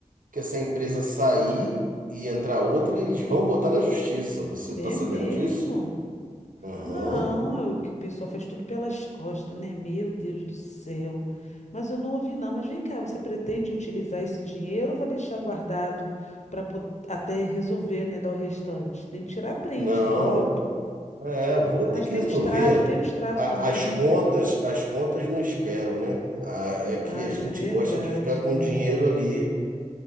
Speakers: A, on the right; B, on the left.
A: que essa empresa sair e entrar outra, eles vão botar na justiça. Você
B: É
A: tá sabendo
B: mesmo?
A: disso? Aham.
B: Não, é o que o pessoal faz tudo pelas costas, né? Meu Deus do céu. Mas eu não ouvi, não. Mas vem cá, você pretende utilizar esse dinheiro ou vai deixar guardado para até resolver, né? Dar o restante? Tem que tirar print,
A: Não.
B: foto.
A: É, eu vou
B: Mas
A: ter que
B: tem
A: resolver.
B: o extrato, tem o extrato
A: A-
B: também,
A: As
B: né?
A: contas, as contas não esperam, né? A- É que
B: Ah,
A: a gente
B: isso é verdade.
A: gosta de ficar com
B: é.
A: o dinheiro ali,